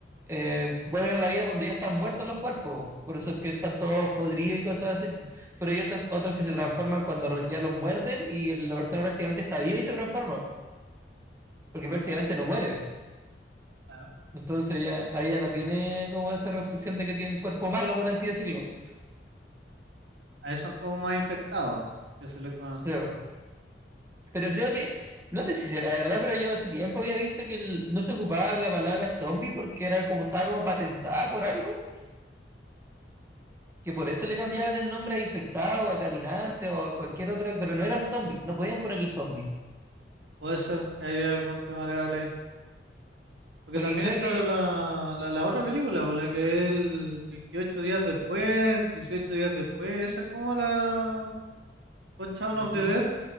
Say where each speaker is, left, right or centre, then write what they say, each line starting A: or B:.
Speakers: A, on the right; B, on the right.
A: eh, vuelven a la vida cuando ya están muertos los cuerpos. Por eso es que están todos podridos y cosas así. po. Pero hay otros, otros que se transforman cuando ya los muerden y la persona prácticamente está viva y se transforma. porque prácticamente no muere.
B: claro.
A: Entonces ya ahí ya no tiene como esa restricción de que tiene el cuerpo malo, por así decirlo.
B: A eso son como más infectados, que se les conoce.
A: Pero, pero creo que, no sé si será verdad, pero yo hace tiempo había visto que el- no se ocupaba la palabra zombie porque era como estaba como patentada por algo, que por eso le cambiaban el nombre a infectado, a caminante o a cualquier otro, pero no eran zombies, no podían ponerle zombie,
B: Puede ser que haya algún tema legal ahí. Porque
A: porque
B: también
A: creo
B: está
A: que...
B: la, la, la otra película, por la que es el 28 días después, 18 días después, esa es como la con Shaun
A: Ujú,
B: of the Dead,